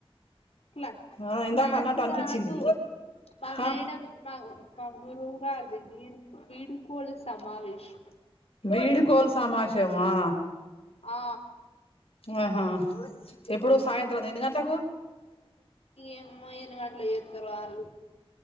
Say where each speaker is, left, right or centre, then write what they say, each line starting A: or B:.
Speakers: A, on the left; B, on the left.
A: క్లా
B: ఆ ఇందాక
A: క్లాస్
B: అన్నట్టు అనిపించింది
A: కాదు మా మేడం
B: ఆ
A: మా మా గురువు గారిది వీడు వీడుకోలు సమావేశం
B: వీడుకోలు సమాశయమా
A: ఆ
B: ఆహా ఎప్పుడు సాయంత్రం ఎన్ని గంట్లకు
A: ఎమ్మో ఎన్ని గంట్లకు చేస్తారో వాళ్ళు